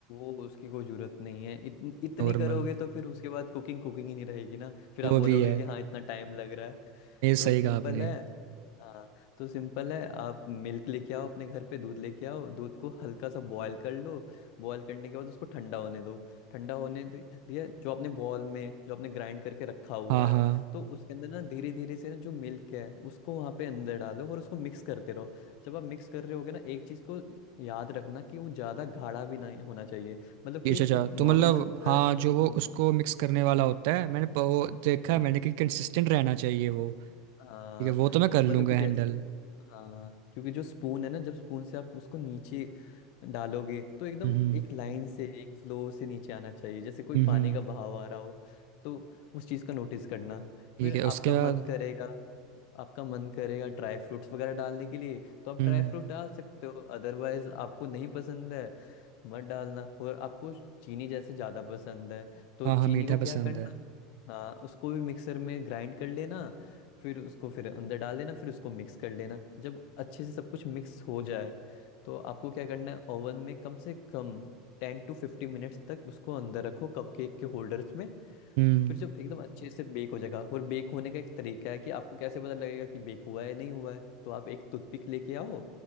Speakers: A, on the left (about 60°); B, on the right (about 70°).
A: वो उसकी कोई जरूरत नहीं है इतन, इतनी
B: नॉर्मल
A: करोगे तो फिर उसके बाद कुकिंग कुकिंग ही नहीं रहेगी ना फिर
B: वो
A: आप बोलोगे
B: भी है
A: कि हाँ इतना टाइम लग रहा है
B: ये सही
A: तो सिंपल
B: कहा आपने
A: है हाँ तो सिंपल है आप मिल्क लेके आओ अपने घर पे दूध लेके आओ दूध को हल्का सा बॉयल कर लो बॉयल करने के बाद उसको ठंडा होने दो ठंडा होने दे- दिया जो आपने बॉल में जो आपने ग्राइंड करके रखा हुआ
B: हाँ हाँ
A: है तो उसके अंदर ना धीरे धीरे से ना जो मिल्क है उसको वहाँ पे अंदर डालो और उसको मिक्स करते रहो जब आप मिक्स कर रहे होगे ना एक चीज़ को याद रखना कि वो ज़्यादा गाढ़ा भी नहीं होना चाहिए मतलब
B: ये
A: कि
B: अच्छा
A: एक
B: अच्छा
A: नॉर्मल
B: तो मतलब हाँ
A: सा हम्म,
B: जो वो उसको मिक्स करने वाला होता है मैंने प- वो देखा
A: हम्म,
B: है मैंने कि कंसिस्टेंट रहना चाहिए वो
A: हाँ
B: ठीक है वो तो मैं कर लूँगा
A: मतलब कि जैसे
B: हैंडल
A: हाँ क्योंकि जो स्पून है ना जब स्पून से आप उसको नीचे डालोगे तो एकदम
B: हम्म हम्म
A: एक लाइन से एक फ्लो से नीचे आना चाहिए जैसे कोई
B: हम्म,
A: पानी
B: हम्म।
A: का बहाव आ रहा हो तो उस चीज़ का नोटिस करना
B: ठीक
A: फिर
B: है
A: आपका
B: उसके बाद
A: मन करेगा आपका मन करेगा ड्राई फ्रूट्स वगैरह डालने के लिए तो आप
B: हम्म
A: ड्राई फ्रूट डाल सकते हो अदरवाइज आपको नहीं पसंद है मत डालना और आपको चीनी जैसे ज़्यादा पसंद है तो
B: हाँ
A: चीनी
B: हाँ मीठा
A: को
B: पसंद
A: क्या करना
B: है
A: हाँ उसको भी मिक्सर में ग्राइंड कर लेना फिर उसको फिर अंदर डाल देना फिर उसको मिक्स कर लेना जब अच्छे से सब कुछ मिक्स हो जाए तो आपको क्या करना है ओवन में कम से कम टेन टू फिफ्टी मिनट्स तक उसको अंदर रखो कपकेक के होल्डर्स में
B: हम्म
A: फिर जब एकदम अच्छे से बेक हो जाएगा और बेक होने का एक तरीका है कि आपको कैसे पता लगेगा कि बेक हुआ है नहीं हुआ है तो आप एक टूथपिक लेके आओ